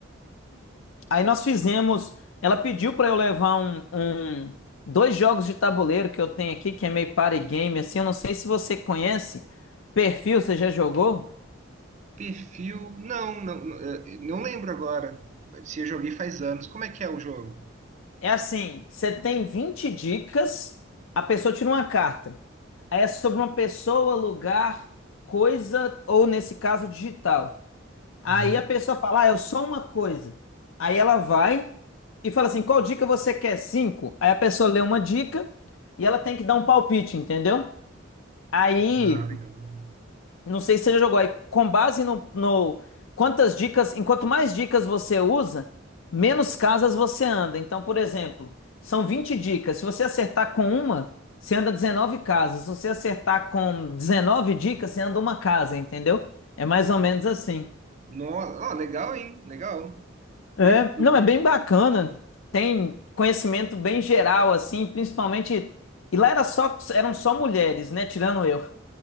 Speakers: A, on the left (about 75°); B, on the right (about 35°).
A: aí nós fizemos. Ela pediu pra eu levar um, um- dois jogos de tabuleiro que eu tenho aqui, que é meio party game, assim. Eu não sei se você conhece. Perfil, você já jogou?
B: Perfil? Não, não, não, eh, não lembro agora. Se eu joguei faz anos. Como é que é o jogo?
A: É assim, você tem 20 dicas, a pessoa tira uma carta. Aí é sobre uma pessoa, lugar, coisa, ou nesse caso, digital. Aí
B: Uhum.
A: a pessoa fala, ah, eu sou uma coisa. Aí ela vai e fala assim, qual dica você quer? Cinco. Aí a pessoa lê uma dica e ela tem que dar um palpite, entendeu? Aí
B: Ah, legal.
A: não sei se você já jogou aí. Com base no, no- quantas dicas, enquanto mais dicas você usa, menos casas você anda. Então, por exemplo, são 20 dicas. Se você acertar com uma, você anda 19 casas. Se você acertar com 19 dicas, você anda uma casa, entendeu? É mais ou menos assim.
B: No, ó, legal, hein? Legal.
A: É,
B: Perfil.
A: não, é bem bacana. Tem conhecimento bem geral assim, principalmente e lá era só eram só mulheres, né, tirando eu.